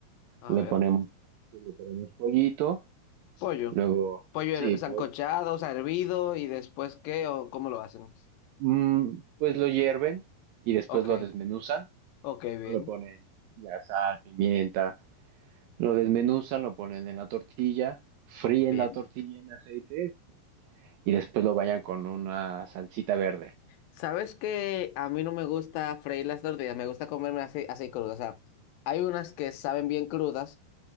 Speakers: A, on the left (about 75°); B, on the right (about 75°).
A: A
B: le
A: ver.
B: ponemos, le ponemos pollito,
A: Pollo.
B: luego,
A: Pollo
B: sí,
A: her- sancochado,
B: pollo.
A: o sea, hervido y después qué o cómo lo hacen.
B: Mm, pues lo hierven y después
A: Ok,
B: lo desmenuzan
A: ok,
B: ¿no?
A: bien.
B: Le ponen ya sal, pimienta, lo desmenuzan, lo ponen en la tortilla, fríen
A: Bien.
B: la tortilla en aceite y después lo vayan con una salsita verde.
A: Sabes que a mí no me gusta freír las tortillas, me gusta comerme así, así crudas. O sea, hay unas que saben bien crudas